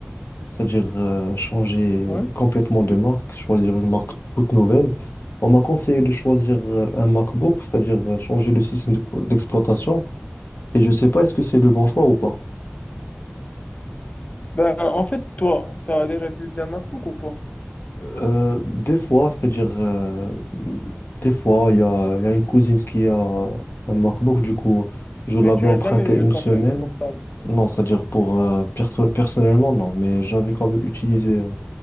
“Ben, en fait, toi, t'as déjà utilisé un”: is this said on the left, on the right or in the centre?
Left